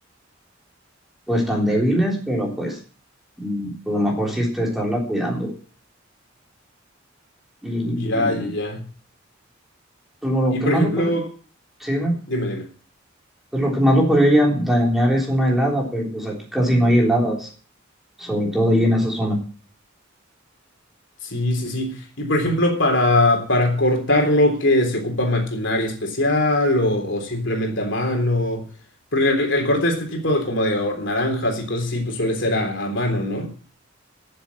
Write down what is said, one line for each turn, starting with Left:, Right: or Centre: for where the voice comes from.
Centre: pues tan débiles, pero pues mm, a lo mejor sí este estarla cuidando. Y, y,
Left: Ya, ya, ya.
Centre: pues, lo
Left: Y
Centre: que
Left: por
Centre: más
Left: ejemplo,
Centre: lo podría, sí, dime.
Left: dime, dime.
Centre: pues lo que más lo podría ya- dañar es una helada, pero pues aquí casi no hay heladas, sobre todo ahí en esa zona.
Left: Sí, sí, sí. Y por ejemplo, para, para cortarlo, que se ocupa maquinaria especial o, o simplemente a mano? Porque el, el corte de este tipo de como de o- naranjas y cosas así, pues suele ser a, a mano, ¿no?